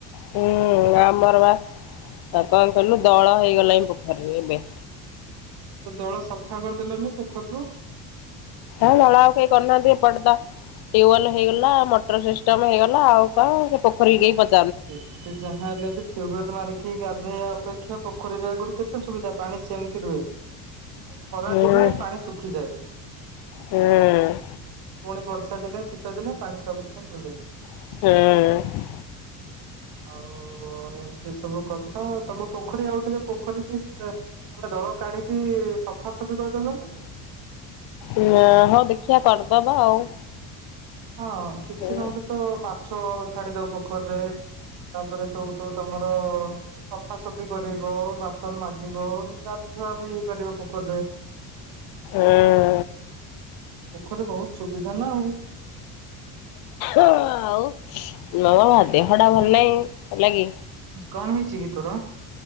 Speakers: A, on the left; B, on the right.
A: ହୁଁ ଆମର ବା ତା କଣ୍ କହିଲୁ ଦଳ ହେଇଗଲାଣି ପୋଖରୀରେ ଏବେ।
B: ତ ଦଳ ସଫା କରିଦେଲନି ପୋଖରୀରୁ।
A: ଆ ଦଳ ଆଉ କେହି କରୁନାହାନ୍ତି ଏପଟେ ତ ଟ୍ୟୁବଲ୍ ହେଇଗଲା ମୋଟର ସିଷ୍ଟମ ହେଇଗଲା ଆଉ କଣ ସେ ପୋଖରୀ କେ ପଚ୍
B: <inaudible> ସେ ଯାହା ହେଲେ ବି ଟ୍ୟୁବଲ ମାରିକି ଗାଧେଇବା ଅପେକ୍ଷା ପୋଖରୀରେ ଆଗୁରୁ କେତେ ସୁବିଧା ପାଣି ସେମିତି ରୁହେ। ଖରାଦିନେ
A: ହୁଁ
B: ପାଣି ଶୁଖିଯାଏ।
A: ହୁଁ
B: ପୁଣି ବର୍ଷା ଦିନେ ଶୀତ ଦିନେ ପାଣି ସଫିସେଣ୍ଟ୍ ରୁହେ।
A: ହେଁ।
B: ଆଉ ଏମିତି ସବୁ କଥା ଆଉ ତମ ପୋଖରୀ ଆଉ ଟିକେ ପୋଖରୀ କି <unintelligible> ଦଳ କାଢିକି ସଫାସଫି କରିଦେଲ ନି।
A: ଇଏ ହଉ ଦେଖିବା କରିଦବା ଆଉ।
B: ହଁ କିଛି
A: ହୁଁ
B: ନହେଲେ ତ ମାଛ ଛାଡିଦବ ପୋଖରୀରେ। ତାପରେ ସବୁଠୁ ତମର ସଫାସଫି କରିବ ବାସନ ମାଜିବ ଗାଧୁଆ ବି ହେଇପାରିବ ପୋଖରୀରେ
A: ଏଁ
B: ପୋଖରୀ ବହୁତ ସୁବିଧା ନା ଆଉ
A: ଆଉ ହଁ ବା ଦେହଟା ଭଲ ନାହିଁ ହେଲା କି
B: କଣ ହେଇଛି କି ତୋର?